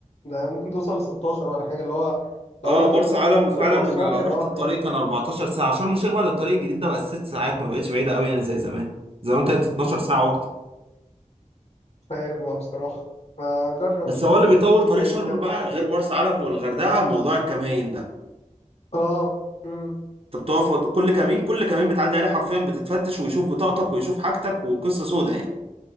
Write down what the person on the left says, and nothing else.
ده ممكن توصل ل 16 ولا حاجه اللي هو
لو رحت
الاقصر
واسوان
هيبقى
اقرب
مش عارف بقى بصراحه فجرب
اشوف
بقى
الصيف الجاي
كده
اه امم